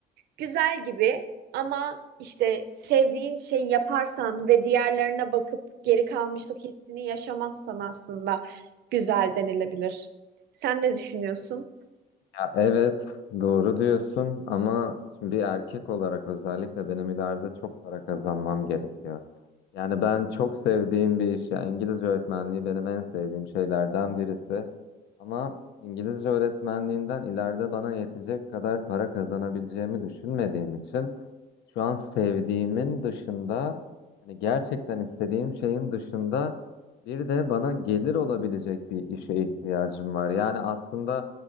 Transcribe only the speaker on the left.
Ya evet, doğru diyorsun ama şimdi bir erkek olarak özellikle benim ileride çok para kazanmam gerekiyor. Yani ben çok sevdiğim bir iş. Yani İngilizce öğretmenliği benim en sevdiğim şeylerden birisi. Ama İngilizce öğretmenliğinden ileride bana yetecek kadar para kazanabileceğimi düşünmediğim için şu an sevdiğimin dışında hani gerçekten istediğim şeyin dışında bir de bana gelir olabilecek bir işe ihtiyacım var. Yani aslında